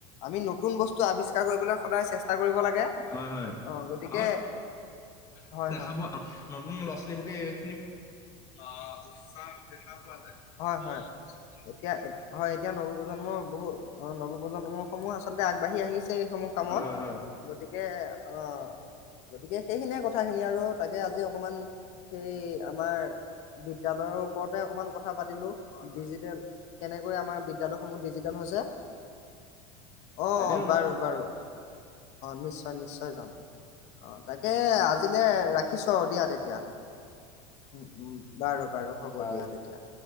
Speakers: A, on the left; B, on the left.
A: আমি নতুন বস্তু আৱিষ্কাৰ কৰিবলৈ সদায় চেষ্টা কৰিব লাগে
B: হয় হয় হয়
A: অ', গতিকে
B: আৰু
A: হয়
B: দেখা
A: হয়
B: পোৱা নতুন ল'ৰা ছোৱালীবকে এই খিনি
A: উ-দেখা পোৱা যায়। হয়, হয় এতিয়া হয় এতিয়া নব প্ৰজন্ম বহু অ-নৱপ্ৰজন্মসমূহ আছে আগবাঢ়ি আহিছে। এইসমূহ কামত
B: হয় হয় হয়
A: গতিকে অহ গতিকে সেইখিনিয়ে কথা খিনি আৰু তাকে আজি অকমান সেই আমাৰ বিদ্যালয়ৰ ওপৰতে অকমান কথা পাতিলো। ডিজিটেল কেনেক <unintelligible> হয় বিদ্যালয়সমূহ ডিজিটেল হৈছে। অ',
B: এদিন ওলাম
A: বাৰু-বাৰু। নিশ্চয়-নিশ্চয় যাম। অ', তাকে আজিলৈ ৰাখিছো দিয়া তেতিয়া। উ-উ বাৰু বাৰু হ'ব
B: তাৰ
A: দিয়া তেতিয়া।